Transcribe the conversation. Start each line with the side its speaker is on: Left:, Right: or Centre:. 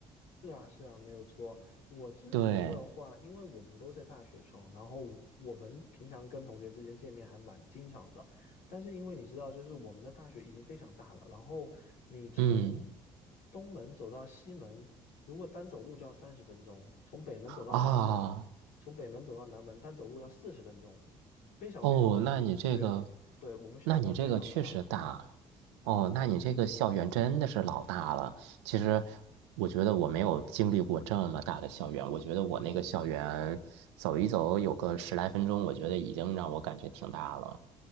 Left: 是啊，是啊，没有错。我之前的话，
Right: 对，
Left: 因为我们都在大学城，然后我们平常跟同学之间见面还蛮经常的。但是因为你知道，就是我们的大学已经非常大了，然后你从
Right: 嗯。
Left: 东门走到西门，如果单走路就要三十分钟；从北门走到南门，
Right: 啊
Left: 从北门走到南门单走路要四十分钟，非常非常的远。
Right: 哦，那你这个，
Left: 对，我们校园非常的大，
Right: 那你这个确实大哦，那你这个校园真的是老大了。其实我觉得我没有经历过这么大的校园，我觉得我那个校园走一走有个十来分钟，我觉得已经让我感觉挺大了。